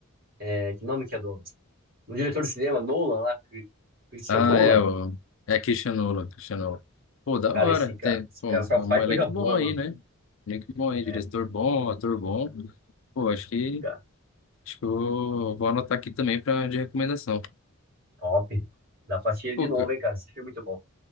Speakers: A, on the right; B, on the left.
A: é, que nome que é do No diretor de cinema, Nolan, lá, Cri- Christian
B: Ah,
A: Nolan.
B: é, o, é Christian Nolan, Christian Nolan. Pô, da
A: Cara,
B: hora.
A: esse cara,
B: Tem,
A: esse
B: pô,
A: cara só
B: é
A: faz
B: um elenco
A: coisa boa,
B: bom
A: mano.
B: aí, né? Elenco bom aí,
A: É,
B: diretor bom, ator bom. Pô, acho que,
A: cara,
B: acho que eu vou, vou anotar aqui também pra, de recomendação.
A: top. Dá pra assistir ele
B: Pô,
A: de novo,
B: ca-
A: hein, cara. Esse filme é muito bom.